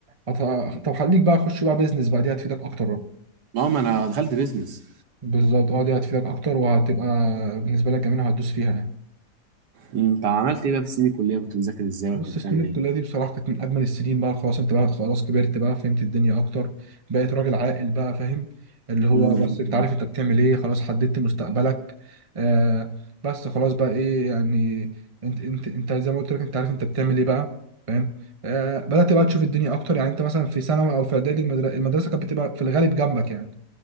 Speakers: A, on the right; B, on the right.
A: هت- طب خليك بقى خش بقى بيزنس بقى دي هتفيدك اكتر بقى
B: ما هو ما انا دخلت بيزنس
A: بالظبط اه دي هتفيدك اكتر وهتبقى بالنسبه لك جميله وهتدوس فيها يعني
B: امم طب عملت ايه بقى في السنين الكليه كنت بتذاكر ازاي ولا
A: بص
B: كنت بتعمل
A: سنين الكلية
B: ايه
A: دي بصراحة كانت من أجمل السنين بقى خلاص أنت بقى خلاص كبرت بقى فهمت الدنيا أكتر بقيت راجل عاقل بقى فاهم اللي هو
B: امم
A: بس أنت عارف أنت بتعمل إيه خلاص حددت مستقبلك آه بس خلاص بقى إيه يعني أنت أنت أنت زي ما قلت لك أنت عارف أنت بتعمل إيه بقى فاهم آه بدأت بقى تشوف الدنيا أكتر يعني أنت مثلا في ثانوي أو في إعدادي المدر- المدرسة كانت بتبقى في الغالب جنبك يعني